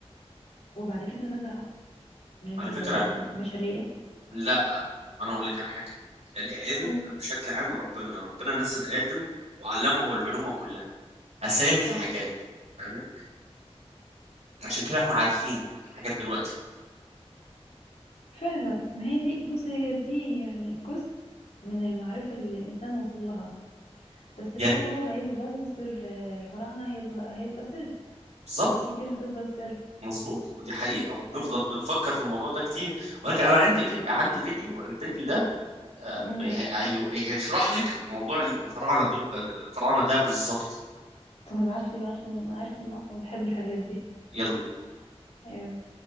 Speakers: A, on the left; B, on the right.
A: وبعد كده نزعوا من ال-
B: على فكرة
A: البشرية
B: لا انا اقول لك على حاجة العلم
A: <clears throat> قول
B: بشكل عام ربنا ربنا نزل آدم وعلمه العلوم كلها اسامي الحاجات
A: صح
B: فاهمة عشان كده احنا عارفين الحاجات دلوقتي
A: فعلا ما هي دي بص هي دي يعني جزء من المعرفة اللي الإنسان وصل لها بس برضه
B: يعني
A: هيفضل سر آه، الفراعنة هيبقى, هيبقى سر
B: بالظبط
A: حاجات كتير هتفضل سر
B: مظبوط ودي حقيقة وبنفضل
A: فعلا
B: بنفكر في الموضوع ده كتير ولكن انا عندي فيديو عندي فيديو الفيديو ده آه،
A: امم
B: هيشرح لك موضوع الفراعنه دول آه، الفراعنه ده بالظبط
A: طب ابعتلي بقى عشان أنا عارفة إن أنا أصلا بحب الحاجات دي
B: يلا بينا
A: يلا.